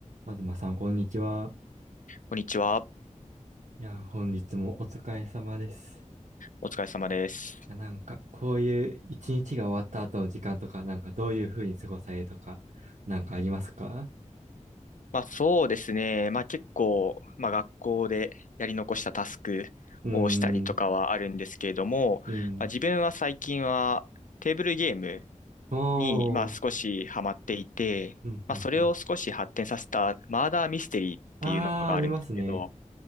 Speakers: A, on the right; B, on the left.
A: まずまさん、こんにちは。
B: こんにちは。
A: いや、本日もお疲れ様です。
B: お疲れ様です。
A: いやなんか、こういう一日が終わった後の時間とか、なんかどういう風に過ごされるとか、なんかありますか
B: まあそうですね。まあ結構、まあ学校でやり残したタスクをしたりとかはあるんですけれども、
A: うーん、うん。
B: まあ自分は最近はテーブルゲーム
A: おー、
B: にまあ少しハマっていて、
A: うん、
B: まあそれを少し発展させたマーダーミステリーっていうのがあるんですけど、
A: うん、うん。あー、ありますね。